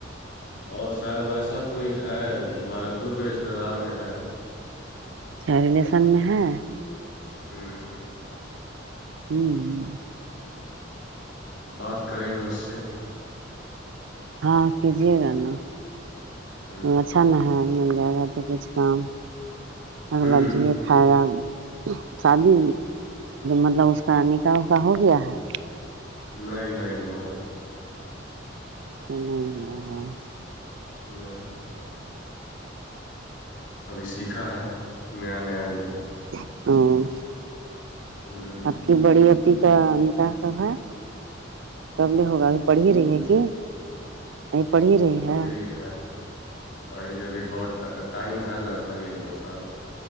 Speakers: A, on the left (about 65°); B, on the right (about 70°).
A: اور شاید ویسا کوئی ہے ہمارے دور کے رشتہ دار میں ہے
B: ریلیسن میں ہے
A: ہوں ہوں
B: ہوں <inaudible>
A: بات کریں گے اس سے
B: ہاں کیجیے گا نا
A: ہ
B: اچھا نہ ہے مل جائے گا تو کچھ کام اگلا
A: ہ
B: <inaudible> کھایا شادی مطلب اس کا نکاح اوکا ہو گیا ہے
A: نہیں نہیں ہوا ہے
B: س نہیں ہو <inaudible>
A: نہی <inaudible> ابھی سیکھا ہے نیا نیا ہی ہے
B: <inaudible> ہوں
A: ہوں
B: آپ کی بڑی اپپی کا نکاح کب ہے کب لے ہوگا ابھی پڑ ہی رہی ہے کہ اب پڑ ہی رہی ہے
A: <inaudible> پڑی ابھی بہت ٹائم ہے لگ بھگ ایک دو سال